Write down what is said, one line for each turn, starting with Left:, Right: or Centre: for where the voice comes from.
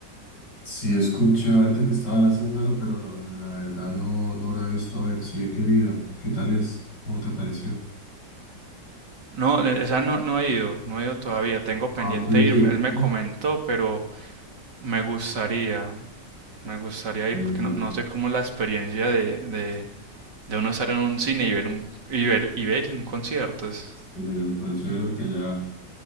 Left: Sí, escuché ahorita que estaban haciéndola, pero la verdad no, no la he visto. A ver, si he querido. ¿Qué tal es? ¿Cómo te pareció?
Right: No, eh, esa no, no he ido, no he ido todavía. Tengo pendiente
Left: Ah, ¿quieres
Right: ir.
Left: ir?
Right: Él me
Left: Sí,
Right: comentó, pero me gustaría. Me gustaría
Left: sí,
Right: ir porque no, no sé cómo la experiencia de, de, de uno estar en un cine y ver un, y ver, y ver un concierto. Es
Left: sí, me pareció ver porque ya